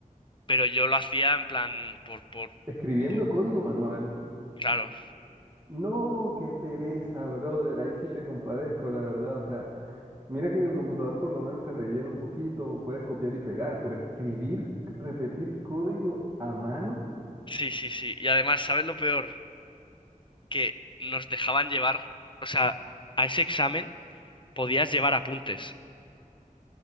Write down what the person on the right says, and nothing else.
escribiendo
código manual.
No, qué pereza, brother. Ahí sí te compadezco, la verdad. O sea, mira que en el computador por lo menos te rellena un poquito, o puedes copiar y pegar, pero escribir, repetir código a mano,